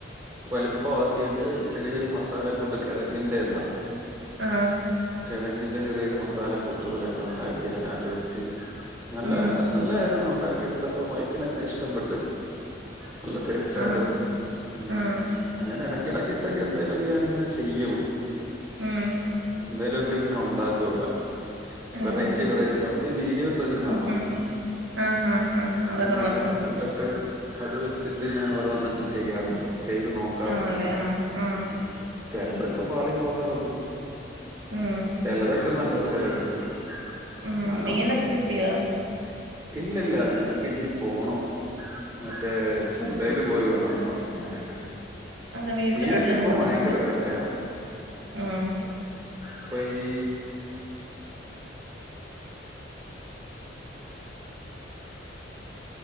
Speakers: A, on the right; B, on the right.
A: വലുപ്പം ആക്കീട്ട് ചെറിയൊരു മസാല കൂട്ട് കെഴങ്ങിന്റെ ഉണ്ടല്ലോ
B: ആഹ്
A: കെഴങ്ങിന്റെ ചെറിയൊരു മസാല കൂട്ടു പോലൊക്ക ഉണ്ടാക്കി അതിനകത്ത് വെച്ച് നല്ല
B: ഉം
A: <unintelligible> ഉണ്ടാക്കി എടുത്തപ്പോ വൈഫിനൊക്കെ ഇഷ്ടപ്പെട്ട്. നല്ല ടേസ്റ്റ് ആയിരുന്നു
B: ആഹ്
A: ഉം
B: ആഹ്
A: അങ്ങനെ എട എടക്ക്‌ ഇട്ടക്കെ എന്തെലുമൊക്കെ ഞാനിങ്ങനെ ചെയ്യും.
B: ഉം
A: എന്തേലു <unintelligible> ഇങ്ങനെ ഒണ്ടാക്കും ഇവിടെ.
B: ആഹ്
A: വെറൈറ്റി വെറൈറ്റി നമ്മള് ഈ വീഡിയോസ് ഒക്കെ കാണുമല്ലോ
B: ആഹ് ആഹ് ആഹ് ആഹ്
A: അങ്ങന
B: നോക്കി
A: അതൊക്കെ
B: ഉണ്ടാക്കും
A: കണ്ടിട്ട്. അത് വെച്ചിട്ട് ഞാൻ ഓരോന്നക്ക ചെയ്യാറുണ്ട്. ചെയ്ത് നോക്കാറുണ്ട്
B: ആന്നല്ലേ ആഹ് ആഹ്
A: മ്ഹ് ചെലതൊക്കെ പാളി പോകാറുണ്ട്.
B: ഉം
A: ചെലതൊക്കെ നല്ലതുപോലെ കിട്ടും
B: ഉം
A: ആണോ?
B: മീനൊക്കെ കിട്ടിയോ
A: ഇല്ലില്ല ഞങ്ങക്ക് ഇഞ്ഞി പോണം. മറ്റേ ചന്തയില് പോയി വേണം വാങ്ങിക്കാനായിട്ട്.
B: അതെന്താ വീടിന്റെ
A: മീനൊക്കെ
B: ഫ്രണ്ടിലൊന്നും
A: ഇപ്പം
B: കൊണ്ടുവരത്തില്ലേ
A: ഭയങ്കര വെലയാ
B: ഉം
A: ഇപ്പൊ ഈ